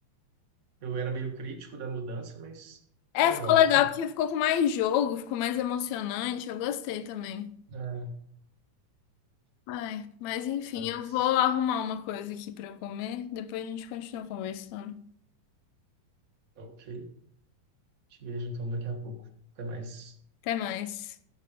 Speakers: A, on the right; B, on the left.
A: eu era meio crítico da mudança, mas
B: É,
A: foi legal.
B: ficou legal porque ficou com mais jogo, ficou mais emocionante. Eu gostei também.
A: É,
B: Ai, mas enfim,
A: mas,
B: eu vou arrumar uma coisa aqui pra eu comer. Depois a gente continua conversando.
A: ok. Te vejo então daqui a pouco. Até mais.
B: Até mais.